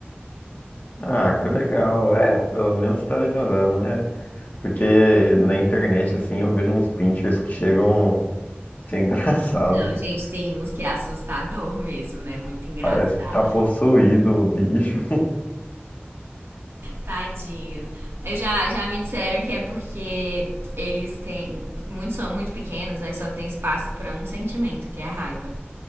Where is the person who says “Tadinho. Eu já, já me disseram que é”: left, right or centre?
Right